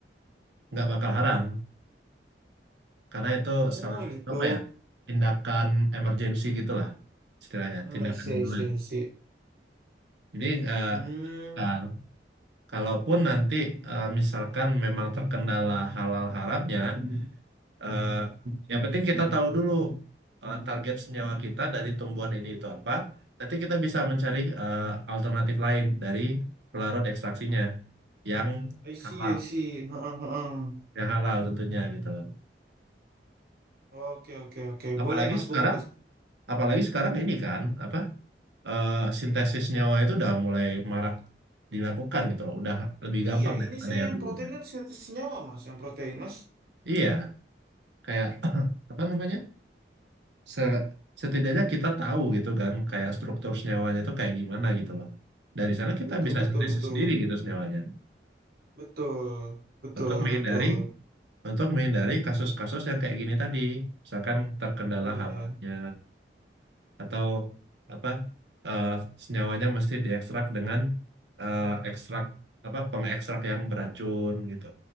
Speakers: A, on the right (about 85°); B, on the right (about 55°).
A: nggak bakal haram karena itu
B: Oh,
A: salah satu
B: gitu.
A: apa ya tindakan emergency gitulah istilahnya
B: Hmm,
A: tindakan
B: I see,
A: darurat.
B: I see, I see.
A: Jadi
B: Hmm,
A: uh, Kalaupun nanti eh, misalkan memang terkendala halal haramnya, eh, yang penting kita tahu dulu eh, target senyawa kita dari tumbuhan ini itu apa. Nanti kita bisa mencari eh, alternatif lain dari pelarut ekstraksinya yang
B: I see,
A: halal,
B: I see. Heeh, heeh.
A: yang halal tentunya gitu loh.
B: Oke, oke, oke.
A: Apalagi
B: Boleh, Mas,
A: sekarang,
B: boleh, Mas.
A: apalagi sekarang ini kan apa eh, sintesis senyawa itu udah mulai marak dilakukan gitu loh. Udah lebih gampang
B: Iya,
A: daripada
B: ini saya
A: yang
B: yang
A: dulunya.
B: protein kan sintesis senyawa, Mas. Yang protein, Mas.
A: Iya, kayak <clears throat> apa namanya? se- setidaknya kita tahu gitu kan kayak struktur senyawanya itu kayak gimana gitu loh. Dari sana kita
B: Betul,
A: bisa
B: betul,
A: sintesis
B: betul.
A: sendiri gitu senyawanya
B: Betul, betul,
A: untuk menghindari
B: betul.
A: untuk menghindari kasus-kasus yang kayak gini tadi, misalkan terkendala
B: Iya.
A: halalnya atau apa eh, senyawanya mesti diekstrak dengan eh, ekstrak apa pengekstrak yang beracun gitu.